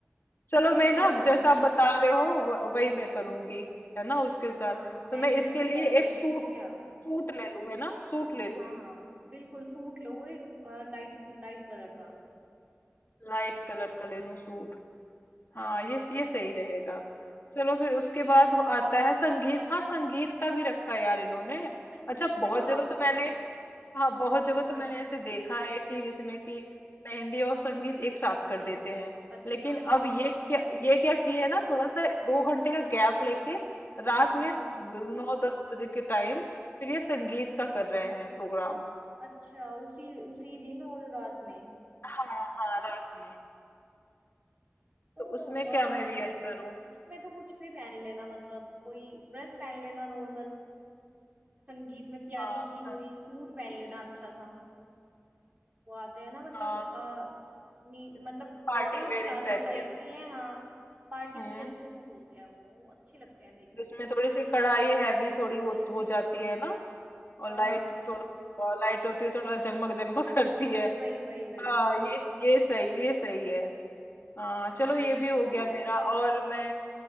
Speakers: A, on the left; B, on the right.
A: चलो
B: वही
A: मैं
B: वही
A: ना
B: वही
A: जैसा आप बता रहे हो व- वही मैं करूंगी है ना उसके साथ
B: हाँ मेहंदी
A: तो मैं इसके
B: हो
A: लिए
B: गया हल्दी
A: एक सूट
B: हो गया
A: सूट ले लूं है ना सूट ले लूं
B: हाँ हाँ बिल्कुल सूट लो वही लाइट लाइट कलर का
A: लाइट कलर का ले लूं सूट
B: हाँ
A: हाँ ये ये सही रहेगा चलो फिर उसके बाद आता है संगीत हाँ संगीत का भी रखा है यार इन्होंने
B: संगीत
A: अच्छा बहुत
B: में तो आप
A: जगह तो मैंने हाँ बहुत जगह
B: हाँ
A: तो मैंने ऐसे देखा है कि जिसमें कि मेहंदी और संगीत एक साथ कर देते हैं
B: अच्छा
A: लेकिन अब ये क्या ये क्या किए है ना थोड़ा सा दो घंटे का गैप लेके रात
B: अच्छा
A: में ब- नौ दस बजे के टाइम फिर ये संगीत का कर रहे हैं प्रोग्राम
B: अच्छा उसी उसी दिन और रात में
A: हाँ हाँ रात में
B: तो
A: तो उसमें
B: अ,
A: क्या मैं वियर करूं
B: उसमें तो कुछ भी पहन लेना मतलब कोई ड्रेस पहन लेना नॉर्मल संगीत में प्यारी
A: हाँ
B: सी
A: सं,
B: कोई सूट पहन लेना अच्छा सा वो आते हैं ना मतलब
A: हाँ
B: आ, नी, मतलब
A: पार्टी
B: होते वो
A: वेयरिंग
B: प्लाजो
A: टाइप
B: टाइप
A: के
B: ही है हाँ पार्टी
A: हम्म
B: वियर से सूट होते हैं वो वो अच्छे लगते हैं देखने
A: जिसमें
B: में
A: थोड़ी सी कढ़ाई हैवी थोड़ी हो,
B: वही
A: हो
B: वही
A: जाती है ना और
B: हाँ
A: लाइट
B: हाँ
A: भी थोड़ा लाइट होती है थोड़ा जगमग जगमग <laughs> करती
B: वही
A: है
B: वही वही वही
A: हाँ ये ये सही ये सही है हाँ
B: हाँ
A: चलो
B: ये
A: ये
B: अच्छा
A: भी हो
B: लगेगा
A: गया मेरा और मैं